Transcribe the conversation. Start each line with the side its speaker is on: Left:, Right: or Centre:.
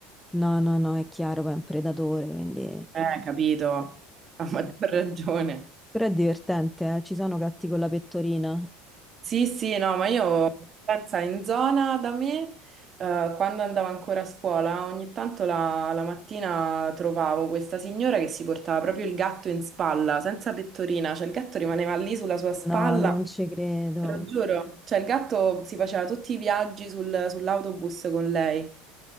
Centre: No, no, no, è chiaro, poi è un predatore, quindi... Eh.
Right: Eh, capito, a maggior ragione.
Centre: Però è divertente, eh? Ci sono gatti con la pettorina?
Right: Sì, sì, no, ma io pensa in zona da me, eh, quando andavo ancora a scuola, ogni tanto la, la mattina trovavo questa signora che si portava proprio il gatto in spalla, senza pettorina, cioè il gatto rimaneva lì sulla sua spalla,
Centre: No, non ci credo.
Right: te lo giuro, cioè il gatto si faceva tutti i viaggi sul- sull'autobus con lei.